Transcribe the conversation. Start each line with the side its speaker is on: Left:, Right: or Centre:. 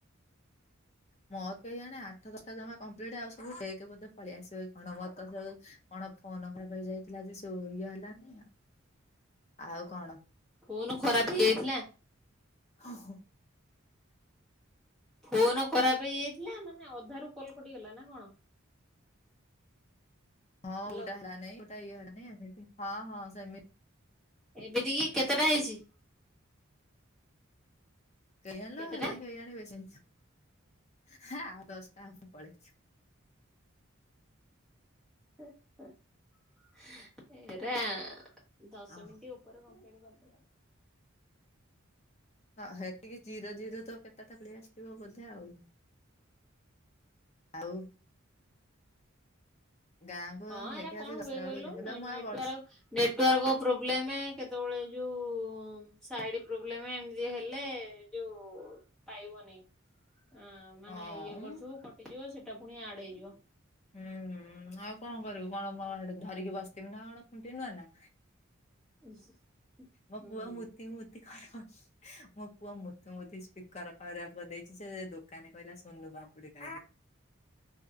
Left: ମୋ କେଜାଣେ ଆଠ ଦଶଟା ଜମା କମ୍ପ୍ଲିଟ ଆଉ ସବୁ ଫେକ ବୋଧେ ସବୁ ପଳେଇ ଆସିବ କି କଣ ମର ତ ସବୁ କଣ ଫୋନ ଖରାପ ହେଇଯାଇଥିଲା ଯେ ସ ଇଏ ହେଲାନି ଆଉ କଣ?
Centre: ଫୋନ ଖରାପ ହେଇଯାଇଥିଲା।
Left: ଓ ହୋ।
Centre: ଫୋନ ଖରାପ ହେଇଯାଇଥିଲା ମାନେ ଅଧାରୁୁ କଲ୍ କଟିଗଲା ନା କଣ?
Left: ହଁ
Centre: ହ୍ୟାଲୋ
Left: ଗୋଟା ହେଲା ନାଇଁ ଗୋଟା ଇଏ ହେଲାନି ଏମିତି ହଁ ହଁ ସେମି
Centre: ଏମିତି କି କେତେଟା ହେଇଛି?
Left: କେଜାଣି ଲୋ
Centre: କେତେଟା
Left: ହେଲା କେଜାଣି ବେଶି ହେ ଆଉ ଦଶଟା ଆମ ପଳେଛୁ।
Centre: ଏଟ ଦଶ ମିନିଟ ଉପ ଉପରେ
Left: ଅ
Centre: କଂପ୍ଲେନ୍
Left: ହଁ
Centre: କରିଥିଲେ।
Left: ହଁ ହେତିକି ଜିରୋ ଜିରୋ ତ କେତେଟା ପଳେଇ ଆସିଥିବ ବୋଧେ ଆଉ। ଆଉ। ଗାଁକୁ
Centre: ହଁ
Left: ଦେଖିବା
Centre: ଏରା କଣ
Left: ସେ
Centre: ହୁଏ
Left: ଦଶରା
Centre: କହିଲ
Left: ବେଳକୁ ଜିମିହେଲେ
Centre: ନେଟୱାର୍କ
Left: ମୁଁ ଆଉ ବରସେ
Centre: ନେଟୱାର୍କ ପ୍ରୋବ୍ଲେମ କେତେବେଳେ ଯୋଉ ସାଇଡ ପ୍ରୋବ୍ଲେମ ଏମିତି ହେଲେ ଯୋଉ ପାଇବନି। ଅ ମାନେ
Left: ହଁ
Centre: ଇଏ କରୁଥୁବୁ କଟିଯିବ ସେଟା ପୁଣି ଆଡ ହେଇଯିବ।
Left: ହୁଁ ହୁଁ ଆଉ କଣ କରିବୁ କଣ କଣହେଠେ ଧରିକି ବସିଥିମି ନା କଣ ଖୁଣ୍ଟି ନହେଲେ।
Centre: ହୁଁ
Left: ମୋ
Centre: ହୁଁ
Left: ପୁଅ ମୂତି ମୂତି ଘର ମୋ ପୁଅ ମୁତି ମୁତି ସ୍ପିକର ଖରାପ କରିଦେଇଚି ସେ ଦୋକାନ କହିଲା ସୁନୁପାମ୍ପ <inaudible>